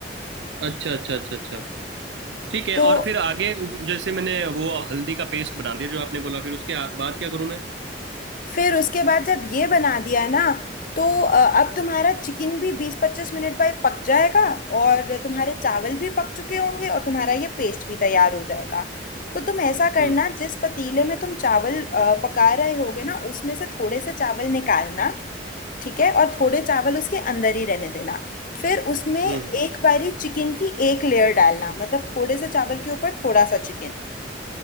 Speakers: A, on the right; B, on the left.
A: अच्छा अच्छा अच्छा अच्छा ठीक है
B: तो
A: और फिर आगे जैसे मैंने वो हल्दी का पेस्ट बना दिया जो आपने बोला फिर उसके आ- बाद क्या करूं मैं
B: फिर उसके बाद जब ये बना दिया ना तो अ, अब तुम्हारा चिकन भी बीस पच्चीस मिनट बाद पक जाएगा और तुम्हारे चावल भी पक चुके होंगे और तुम्हारा ये पेस्ट भी तैयार हो जाएगा तो तुम ऐसा करना
A: हम्म
B: जिस पतीले में तुम चावल अ, पका रहे होगे ना उसमें से थोड़े से चावल निकालना ठीक है और थोड़े चावल उसके अंदर ही रहने देना फिर उसमें
A: हम्म
B: एक बारी चिकन की एक लेयर डालना मतलब थोड़े से चावल के ऊपर थोड़ा सा चिकन